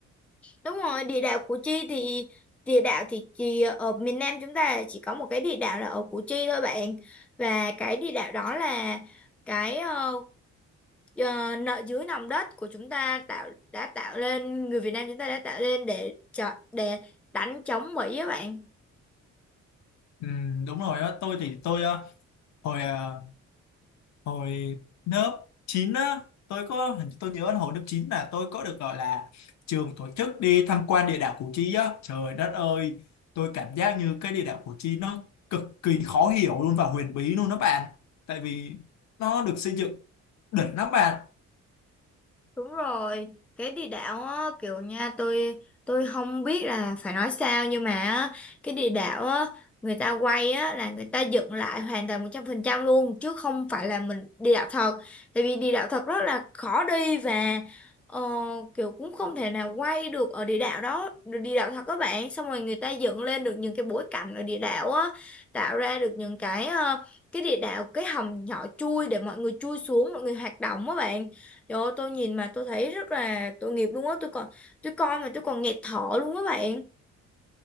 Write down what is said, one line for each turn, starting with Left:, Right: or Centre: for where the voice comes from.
Centre: đúng rồi. Địa đạo Củ Chi thì địa đạo thì chỉ ở miền Nam chúng ta chỉ có một cái địa đạo là ở Củ Chi thôi bạn, và cái địa đạo đó là cái ờ, Ờ, nợ dưới nòng đất của chúng ta tạo đã tạo lên người Việt Nam chúng ta đã tạo lên để cho- để đánh chống Mỹ á bạn
Left: Ừm, đúng rồi á tôi thì tôi ờ, hồi ờ, hồi lớp 9 á tôi có hình tôi nhớ là hồi lớp 9 là tôi có được gọi là trường tổ chức đi tham quan địa đạo Củ Chi á trời đất ơi tôi cảm giác như cái địa đạo Củ Chi nó cực kỳ khó hiểu luôn và huyền bí luôn đó bạn tại vì nó được xây dựng đỉnh lắm bạn
Centre: Đúng rồi, cái địa đạo á, kiểu nha tôi tôi không biết là phải nói sao nhưng mà á, cái địa đạo á, người ta quay á, là người ta dựng lại hoàn toàn 100% luôn chứ không phải là mình địa đạo thật. Tại vì địa đạo thật rất là khó đi và ờ, kiểu cũng không thể nào quay được ở địa đạo đó, được địa đạo thật các bạn. Xong rồi người ta dựng lên được những cái bối cảnh ở địa đạo á, tạo ra được những cái ờ, cái địa đạo cái hầm nhỏ chui để mọi người chui xuống, mọi người hoạt động á bạn Trời ơi, tôi nhìn mà tôi thấy rất là tội nghiệp luôn á tôi còn tôi coi mà tôi còn nghẹt thở luôn á bạn